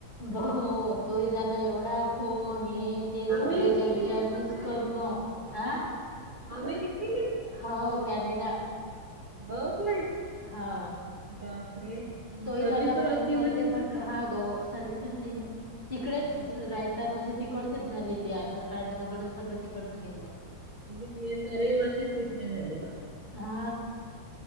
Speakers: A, on the left; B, on the right.
A: भाऊ तोही दादा एवढा फोन येत ते सगळेच्या
B: आम्ही केली
A: विचारपूस
B: एकदम डायरेक्ट
A: करणं हा.
B: अमेरिकेले?
A: <inaudible> हो कॅनेडा.
B: बघ <unintelligible>
A: हा.
B: बापरे.
A: तोही
B: सर्विसवर
A: दादा फोन
B: असतील
A: करते
B: ना तिथं?
A: म्हटलं हा ग सर्व्हसन देणे तिकडेच
B: हो.
A: राहतात म्हणजे तिकडचेच झाले ते आधार कार्ड वगैरे
B: हा,
A: सगळं तिकडचं गेलं.
B: म्हणजे ते सर वर्षच तिथले झाले.
A: हा.